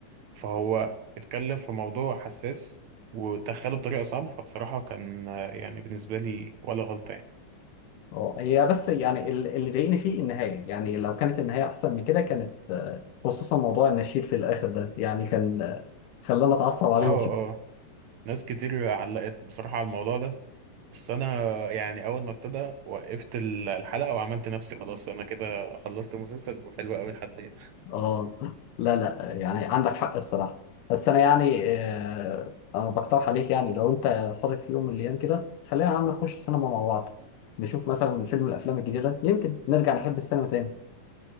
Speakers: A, on the right (about 70°); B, on the left (about 80°).
A: فهو اتكلم في موضوع حساس ودخله بطريقة صعبة فبصراحة كان آه، يعني بالنسبة لي ولا غلطة يعني
B: اه هي بس يعني ال- اللي ضايقني فيه النهايه يعني لو كانت النهايه احسن من كده كانت آه، خصوصا موضوع النشيد في الاخر ده يعني كان آه، خلاني اتعصب عليهم
A: اه
B: في
A: اه ناس كتير علقت بصراحة على الموضوع ده بس انا يعني اول ما ابتدى وقفت ال- الحلقة وعملت نفسي خلاص انا كده خلصت المسلسل وحلو قوي لحد هنا
B: اه لا لا يعني عندك حق بصراحه بس انا يعني آه، انا بقترح عليك يعني لو انت فاضي في يوم من الايام كده خلينا يا عم نخش سينما مع بعض نشوف مثلا فيلم من الافلام الجديده يمكن نرجع نحب السينما تاني